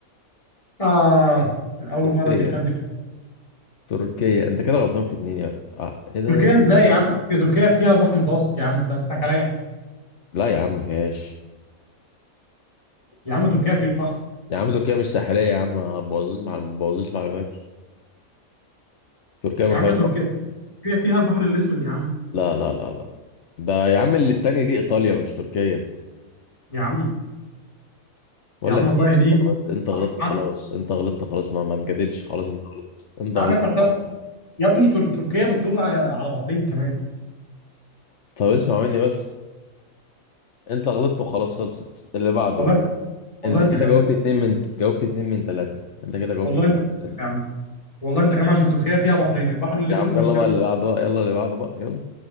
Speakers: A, on the left; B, on the left.
A: اه اول
B: تركيا
A: مره تكسبني في
B: تركيا انت كده غلطان في اتنين يا آه. ايه ده
A: تركيا ازاي يا عم تركيا فيها البحر المتوسط يا عم انت بتضحك عليا
B: لا يا عم ما فيهاش
A: يا عم تركيا فيها بحر
B: يا عم تركيا مش ساحلية يا عم ما تبوظيش مع ما تبوظيش معلوماتي تركيا ما
A: يا عم
B: فيهاش
A: تركيا تركيا فيها البحر الاسود يا عم
B: لا لا لا لا ده يا عم اللي التانية دي إيطاليا مش تركيا
A: يا عم يا
B: بقول
A: عم
B: لك
A: الله
B: إيه
A: يهديك
B: أنت غلطت أنت غلطت
A: تعالى
B: خلاص أنت غلطت خلاص ما ما تجادلش خلاص أنت غلطت أنت
A: تعالى
B: غلطت
A: نفتح حساب يا ابني تر- تركيا بتطل على على بحرين كمان
B: طب اسمع مني بس أنت غلطت وخلاص خلصت اللي بعده
A: والله والله
B: أنت
A: انت
B: كده
A: خمنت
B: جاوبت اتنين من جاوبت اتنين من تلاتة أنت كده جاوبت
A: والله
B: اتنين
A: انت خمنت
B: من تلاتة
A: يا عم والله انت خمنت عشان تركيا فيها بحرين البحر الاسود
B: يا عم
A: مش
B: يلا
A: شمال
B: بقى اللي بعده بقى يلا اللي بعده بقى يلا